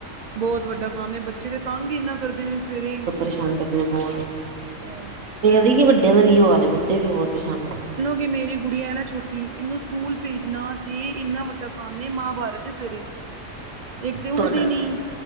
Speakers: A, on the right (about 55°); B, on the right (about 85°).
A: ਬੋਹਤ ਵੱਡਾ ਕੰਮ ਏ ਬੱਚੇ ਦੇ ਤੰਗ ਹੀ ਇਨਾ ਕਰਦੇ ਨੇ ਸਵੇਰੇ।
B: ਪਰਸ਼ਾਨ ਕਰਦੇ ਨੇ ਬੋਹਤ।
A: ਆ
B: ਵੱਡਿਆਂ ਦਾ ਵੀ ਇਹੋ ਹਾਲ ਏ, ਵੱਡੇ ਵੀ ਬਹੁਤ ਪਰੇਸ਼ਾਨ ਹੁੰਦੇ।
A: ਕਿ ਮੇਰੀ ਗੁੜੀਆ ਇਹ ਨਾ ਛੋਟੀ, ਇਹਨੂੰ ਸਕੂਲ ਭੇਜਣਾ ਤੇ ਇੰਨਾ ਵੱਡਾ ਕੰਮ ਏ ਮਹਾਭਾਰਤ ਏ, ਸਵੇਰੇ। ਇੱਕ ਤੇ ਉੱਠਦੀ
B: ਤੁਹਾਡਾ
A: ਨੀ।